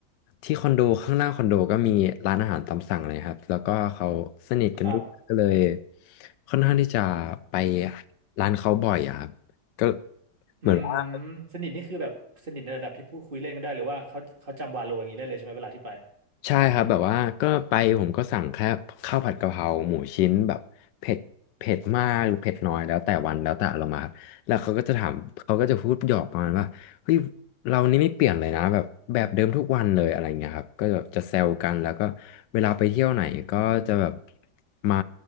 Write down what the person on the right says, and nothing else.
ครับ
อืม
สนิทนี่คือแบบสนิทในระดับที่พูดคุยเล่นกันได้หรือว่าเขาเขาจำวาโลอย่างนี้ได้เลยใช่ไหมเวลาที่ไป